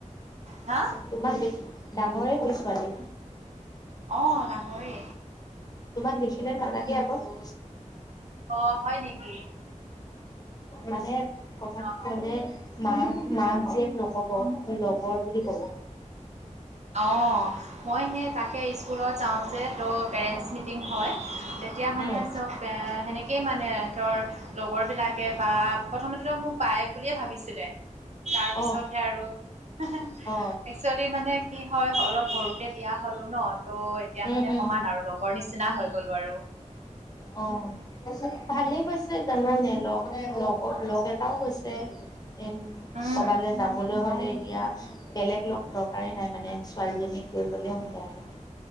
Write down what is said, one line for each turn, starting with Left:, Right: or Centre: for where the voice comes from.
Right: হা
Left: তোমাক দে ডাঙৰে হ'ল ছোৱালী
Right: অ ডাঙৰে
Left: তোমাক দেখিলে নালাগে আকৌ অ
Right: অ' হয় নেকি?
Left: মানে কথা
Right: অ'
Left: মানে মা মাক জীয়েক নকব লগৰ বুলি কব
Right: অ মই সেই তাকে স্কুলত যাওঁ যে ত' পেৰেণ্টছ মিটিং হয় তেতিয়া মানে
Left: উম
Right: চব সেনেকেই মানে হেতৰ লগৰ বিলাকে বা প্ৰথমতেতো মোক বাই বুলিয়ে ভাবিছিলে তাৰ পিছতহে
Left: অ
Right: আৰু একচুৱেলি
Left: অ
Right: মানে কি হয় অলপ সৰুতে বিয়া হলো ন ত' এতিয়া
Left: উম
Right: মানে
Left: উম
Right: সমান আৰু লগৰ নিচ নিচিনা হৈ গলো আৰু
Left: অ ভালেই হৈছে জানানে লগ লগৰ লগ এটাও হৈছে এ
Right: উম
Left: কবালে যাবলৈ হ'লে এতিয়া বেলেগ লগ দৰকাৰে নাই মানে ছোৱালীজনীক লৈ গ'লে হৈ যায় আৰু